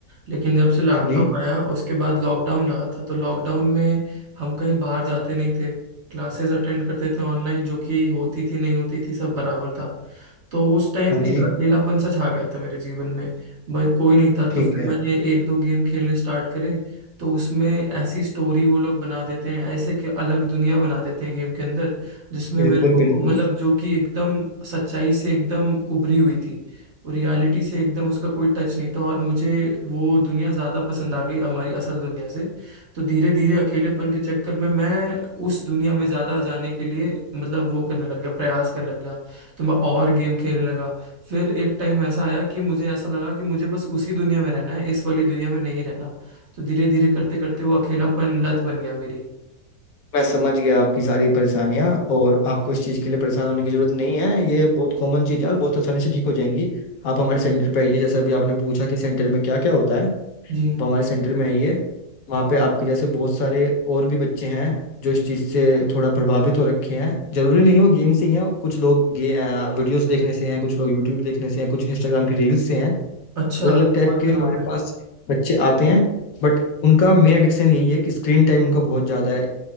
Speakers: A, on the right; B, on the left.
A: लेकिन जब से लैपटॉप
B: हाँ जी
A: आया उसके बाद लॉकडाउन लगा था तो लॉकडाउन में हम कहीं बाहर जाते नहीं थे क्लासेस अटेंड करते थे ऑनलाइन जो कि होती थी नहीं होती थी सब बराबर था तो उस टाइम
B: हाँ जी
A: एक अकेलापन सा छा गया था मेरे जीवन में भाई कोई नहीं था
B: ठीक
A: तो फिर
B: है
A: मैंने एक दो गेम खेलने स्टार्ट करे तो उसमें ऐसी स्टोरी वो लोग बना देते हैं ऐसे कि अलग दुनिया बना देते हैं गेम के अंदर जिसमें
B: बिल्कुल
A: मेरे
B: बिल्कुल
A: को मतलब जो कि एकदम सच्चाई से एकदम उभरी हुई थी और रियलिटी से एकदम उसका कोई टच नहीं था और मुझे वो दुनिया ज़्यादा पसंद आ गई हमारी असल दुनिया से तो धीरे धीरे अकेलेपन के चक्कर में मैं उस दुनिया में ज़्यादा जाने के लिए मतलब वो करने लग गया प्रयास करने लग गया तो मैं और गेम खेलने लगा फिर एक टाइम ऐसा आया कि मुझे ऐसा लगा कि मुझे बस उसी दुनिया में रहना है इस वाली दुनिया में नहीं रहना तो धीरे धीरे करते करते वो अकेलापन लत बन गया मेरी
B: मैं समझ गया आपकी सारी परेशानियां और आपको इस चीज के लिए परेशान होने की जरूरत नहीं है ये बहुत कॉमन चीज है और बहुत आसानी से ठीक हो जाएंगी आप हमारे सेंटर पे आइए जैसा अभी आपने पूछा कि सेंटर में क्या क्या होता है
A: जी
B: तो हमारे सेंटर में है ये वहाँ पे आपके जैसे बहुत सारे और भी बच्चे हैं जो इस चीज़ से थोड़ा प्रभावित हो रखे हैं जरूरी नहीं है वो गेम से ही हैं कुछ लोग गे वीडियोस देखने से हैं कुछ लोग यूट्यूब देखने से हैं कुछ इंस्टाग्राम की रील्स से हैं
A: अच्छा
B: अलग अलग टाइप
A: और
B: के
A: भी
B: हमारे
A: लोग हैं
B: पास बच्चे आते हैं बट उनका मेन एडिक्शन यही है कि स्क्रीन टाइम उनका बहुत ज़्यादा है